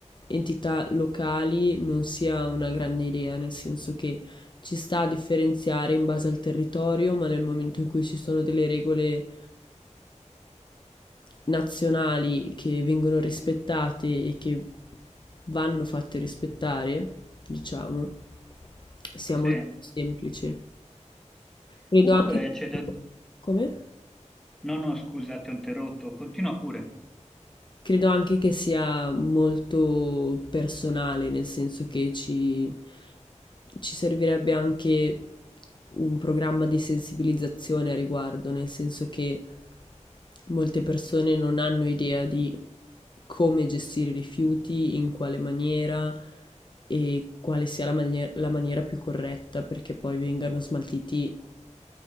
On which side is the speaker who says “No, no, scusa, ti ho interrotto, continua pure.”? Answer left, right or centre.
Centre